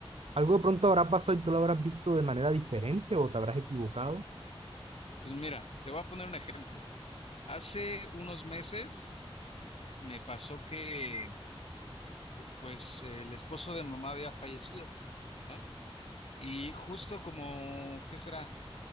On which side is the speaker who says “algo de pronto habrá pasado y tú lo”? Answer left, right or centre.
Right